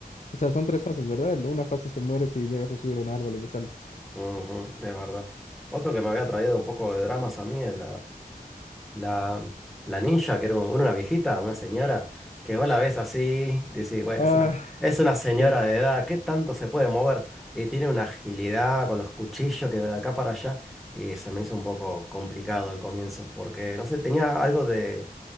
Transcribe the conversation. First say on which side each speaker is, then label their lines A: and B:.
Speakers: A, on the left (about 50°); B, in the centre.
A: O sea, son tres fases, ¿verdad? Una fase se muere si llegas a subir a un árbol y le saltas.
B: Ujú, es verdad. Otro que me había traído un poco de dramas a mí, el La, la ninja, que era un- una viejita, una señora, que vos la ves así, dice, bueno,
A: Ah,
B: es una, es una señora
A: sí,
B: de edad, ¿qué tanto se puede mover? Y tiene una agilidad con los cuchillos que va de acá para allá, y se me hizo un poco complicado al comienzo, porque, no sé, tenía algo de